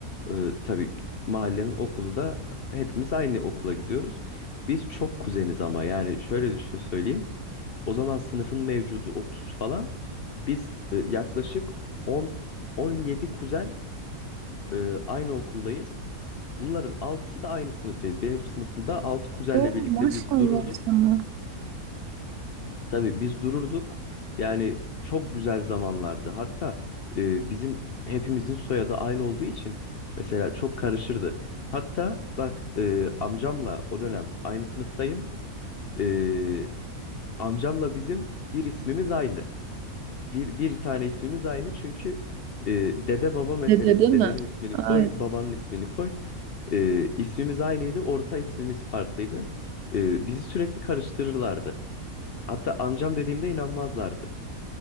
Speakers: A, on the left; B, on the right.
A: E, tabii mahallenin okulu da hepimiz aynı okula gidiyoruz. Biz çok kuzeniz ama yani şöyle düşün söyleyeyim. O zaman sınıfın mevcudu 30 falan. Biz e, yaklaşık 10 17 kuzen e, aynı okuldayız. Bunların altısı da aynı sınıftayız. Benim sınıfımda 6 kuzenle
B: Oo,
A: birlikte
B: maşallah
A: biz dururduk.
B: sana.
A: Tabii biz dururduk. Yani çok güzel zamanlardı. Hatta e, bizim hepimizin soyadı aynı olduğu için mesela çok karışırdı. Hatta bak e, amcamla o dönem aynı sınıftayım. E, amcamla bizim bir ismimiz aynı. Bir, bir tane ismimiz aynı çünkü e, dede baba meselesi.
B: Dede değil mi?
A: Dedenin ismini
B: Ay,
A: koy, babanın ismini koy. E, ismimiz aynıydı, orta ismimiz farklıydı. E, bizi sürekli karıştırırlardı. Hatta amcam dediğimde inanmazlardı.